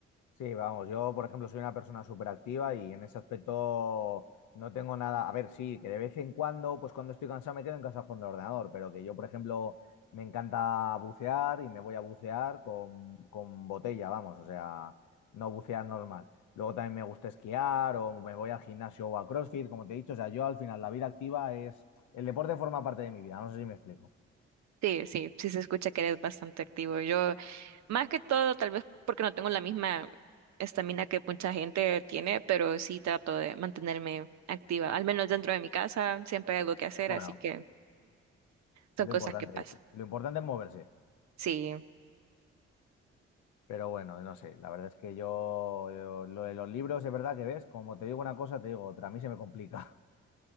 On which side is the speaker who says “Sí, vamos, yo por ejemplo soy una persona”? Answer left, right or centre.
Left